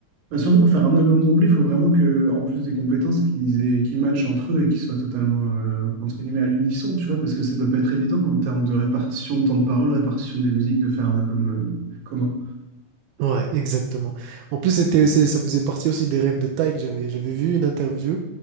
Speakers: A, on the right; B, on the right.
A: Bah, surtout pour faire un album complet, il faut vraiment que, en plus des compétences, qu'ils aient, qu'ils matchent entre eux et qu'ils soient totalement, euh, entre guillemets, à l'unisson, tu vois, parce que ça doit pas être évident en termes de répartition de temps de parole, répartition des musiques, de faire un album, euh, commun.
B: Ouais, exactement. En plus, c'était, c'est- ça faisait partie aussi des rêves de Tyke. J'avais, j'avais vu une interview